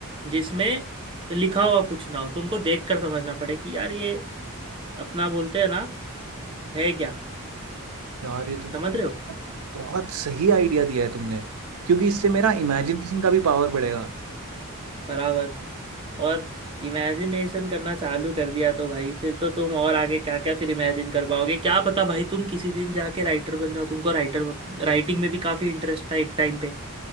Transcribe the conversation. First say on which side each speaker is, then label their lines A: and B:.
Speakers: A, on the right; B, on the right.
A: जिसमें लिखा हुआ कुछ ना हो तुमको देख कर समझना पड़े कि यार ये अपना बोलते हैं ना है क्या
B: यार ये तो
A: समझ
B: बहुत
A: रहे हो
B: बहुत सही आइडिया दिया है तुमने क्योंकि इससे मेरा इमेजिनेशन
A: हाँ
B: का भी पावर बढ़ेगा
A: बराबर और इमेजिनेशन करना चालू कर दिया तो भाई फिर तो तुम और आगे क्या क्या फिर इमेजिन कर पाओगे क्या पता भाई तुम किसी दिन जाके राइटर बन जाओ तुमको राइटर राइटिंग में भी काफ़ी इंटरेस्ट था एक टाइम पे